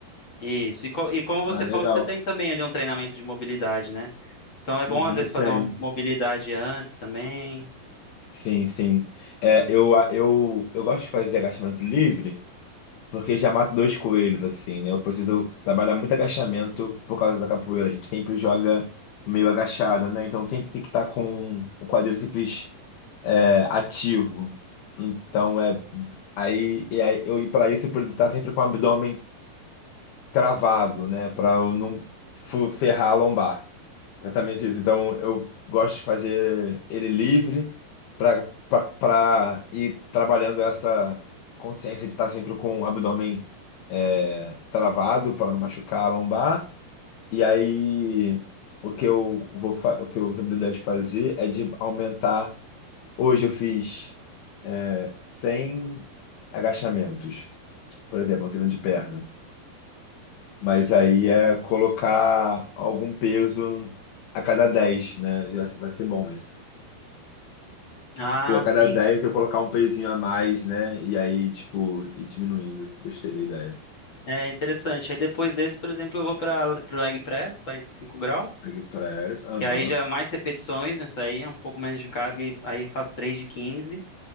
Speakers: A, on the left; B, on the left.
A: Isso. E, co- e como você
B: Ah, legal.
A: falou que você tem também ali um treinamento de mobilidade, né? Então é bom
B: Uhum,
A: às vezes
B: tem.
A: fazer uma mobilidade antes também.
B: Sim, sim. É, eu, eu, eu gosto de fazer agachamento livre. Porque já mato dois coelhos, assim, né? Eu preciso trabalhar muito agachamento por causa da capoeira. A gente sempre joga meio agachado, né? Então sempre tem que estar com o quadríceps é, ativo. Então é. Aí, e aí eu, e para isso eu preciso estar sempre com o abdômen cravado, né? Para eu não fu- ferrar a lombar. Exatamente isso. Então, eu gosto de fazer ele livre para para ir trabalhando essa consciência de estar sempre com o abdômen é, travado para não machucar a lombar. E aí, o que eu vou fa- o que eu sempre dou ideia de fazer é de aumentar. Hoje eu fiz é, 100 agachamentos, por exemplo, um treino de perna. Mas
A: Uhum.
B: aí é colocar algum peso a cada 10, né? Vai ser vai ser bom isso.
A: Ah,
B: Tipo, a cada
A: sim.
B: 10 eu colocar um pezinho a mais, né? E aí, tipo, ir diminuindo. Gostei da ideia.
A: É interessante. Aí depois desse, por exemplo, eu vou para o leg press, 45 graus,
B: Leg press, aham,
A: que aí já é mais repetições nessa aí, é um pouco menos de carga, e aí faço 3 de 15.